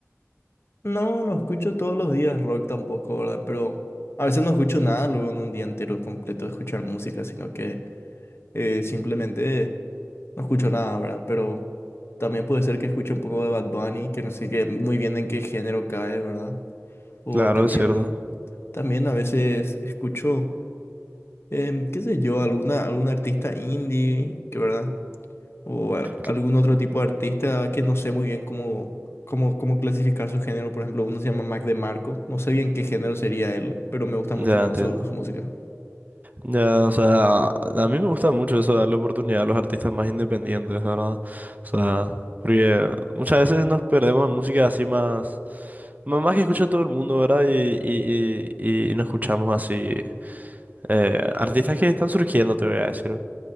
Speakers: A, on the left (about 55°); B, on the right (about 35°).
A: No, no escucho todos los días rock tampoco, ¿verdad? Pero a veces no escucho nada luego en un día entero completo de escuchar música, sino que... eh, simplemente no escucho nada, ¿verdad? Pero también puede ser que escuche un poco de Bad Bunny, que no sé qué, muy bien en qué género cae, ¿verdad? O
B: Claro,
A: también,
B: es cierto.
A: también a veces escucho, em, qué sé yo, alguna, algún artista indie, que ¿verdad? O a-
B: Cl-
A: algún otro tipo de artista que no sé muy bien cómo, cómo, cómo clasificar su género. Por ejemplo, uno se llama Mac DeMarco. No sé bien qué género sería él, pero me gusta
B: Ya
A: mucho también
B: entiendo.
A: su, su música.
B: Ya, o sea, a mí me gusta mucho eso, darle oportunidad a los artistas más independientes, ¿verdad? O sea, porque muchas veces nos perdemos en música así más, más más que escucha todo el mundo, ¿verdad? Y, y, y, y no escuchamos así eh, artistas que están surgiendo, te voy a decir.